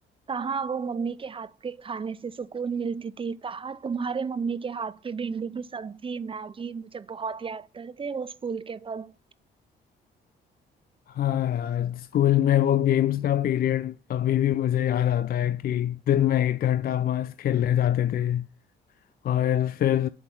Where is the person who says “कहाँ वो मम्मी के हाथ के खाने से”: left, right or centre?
Right